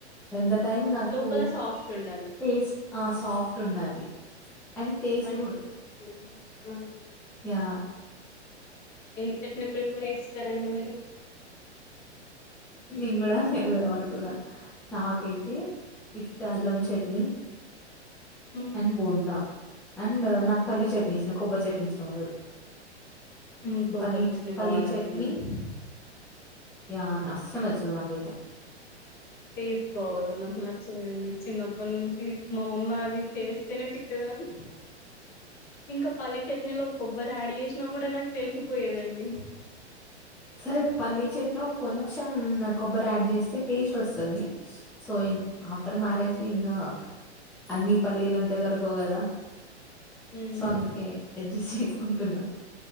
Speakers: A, in the centre; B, on the left (about 30°).
A: ద టైం నాకు
B: లోపల సాఫ్ట్ ఉండాలి
A: టేస్ట్ ఆ సాఫ్ట్ ఉండాలి. అండ్ టేస్ట్
B: పైన క్రిస్పీ ఆ
A: యా
B: ఏ చట్నీ ప్రిపేర్ చేస్తారండి మీరు
A: నేను కూడా అదే అడుగుదాం అనుకున్నా నాకైతే విత్ అల్లం చట్నీ
B: మ్మ్.
A: అండ్ బోండా అండ్ నాకు పల్లీ చట్నీ ఇష్టము కొబ్బరి చట్నీ ఇష్టం ఉండదు.
B: మ్మ్, కొబ్బరి
A: పలీ
B: చట్నీ
A: పల్లీ
B: బాగుండదండి
A: చట్నీ యా అస్సలు నచ్చదు నాకైతే
B: టేస్ట్ బాగోదు నాకు నచ్చదండి చిన్నప్పటి నుంచి మా అమ్మ అది చేస్తేనే తిట్టేదా అని ఇంకా పల్లి చట్నీలో కొబ్బరి యాడ్ చేసినా కూడా నాకు తెలిసిపోయేదండి
A: సరే పల్లి చట్నీ కొంచెం కొబ్బరి యాడ్ చేస్తే టేస్ట్ వస్తాది సో ఆఫ్టర్ మ్యారేజ్ ఇంగా అన్ని పల్లీలు అంటే దొరకవు కదా
B: ఉమ్
A: సో అందుకే అడ్జస్ట్ చేసుకుంటున్నాం